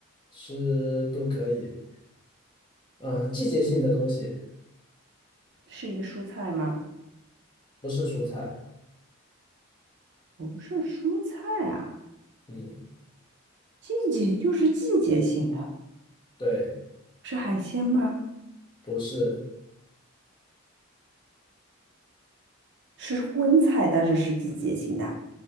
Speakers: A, on the left (about 20°); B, on the right (about 55°).
A: 吃都可以，嗯，季节性的东西，
B: 是一个蔬菜吗？
A: 不是蔬菜，
B: 不是蔬菜啊，
A: 嗯，
B: 季节就是季节性的，
A: 对，
B: 是海鲜吗？
A: 不是，
B: 是荤菜，但是是季节性的，